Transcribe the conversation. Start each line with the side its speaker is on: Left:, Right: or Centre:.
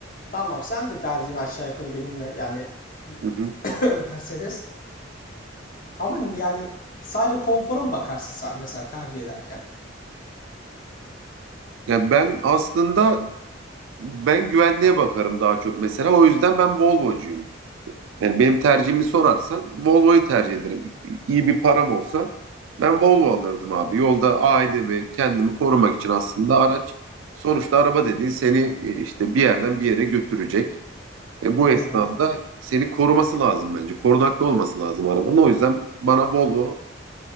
Left: Tamam sen de tercihini aşağı yukarı benimle yani
Right: Hı hı.
Left: <clears throat> <laughs> Mercedes. Ama yani sadece konfora mı bakarsın sen mesela tercih ederken?
Right: Yani ben aslında ben güvenliğe bakarım daha çok mesela. O yüzden ben Volvo'cuyum. Yani benim tercihimi sorarsan Volvo'yu tercih ederim. İyi bir param olsa ben Volvo alırdım abi. Yolda ailemi, kendimi korumak için aslında araç sonuçta araba dediğin seni e, işte bir yerden bir yere götürecek. Ve bu esnada
Left: Hı hı.
Right: seni koruması lazım bence. Korunaklı olması lazım arabanın. O yüzden bana Volvo